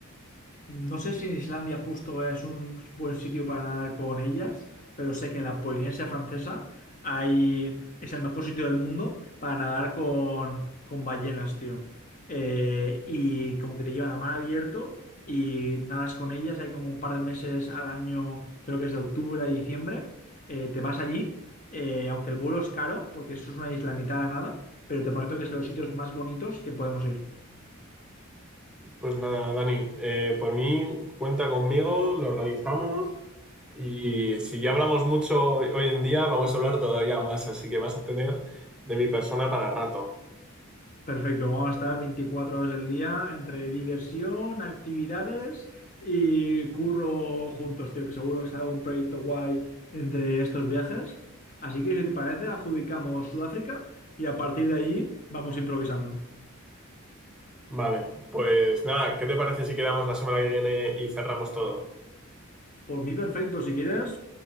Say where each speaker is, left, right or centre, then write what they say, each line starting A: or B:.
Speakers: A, on the left; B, in the centre.
A: No sé si en Islandia justo es un buen sitio para nadar con ellas, pero sé que en la Polinesia Francesa hay, es el mejor sitio del mundo para nadar con, con ballenas, tío. Eh, y como que te llevan a mar abierto y nadas con ellas, hay como un par de meses al año, creo que es de octubre a diciembre, eh, te vas allí, eh, aunque el vuelo es caro, porque eso es una isla a mitad de la nada, pero te prometo que es de los sitios más bonitos que podemos ir.
B: Pues nada, Dani, eh, por mí cuenta conmigo, lo organizamos y si ya hablamos mucho hoy hoy en día, vamos a hablar todavía más, así que vas a tener de mi persona para rato.
A: Perfecto, vamos a estar 24 horas del día entre diversión, actividades y curro juntos, tío, que seguro que sale un proyecto guay entre estos viajes. Así que si te parece, adjudicamos Sudáfrica y a partir de ahí vamos improvisando.
B: Vale, pues nada, ¿qué te parece si quedamos la semana que viene y cerramos todo?
A: Por mí, perfecto, si quieres,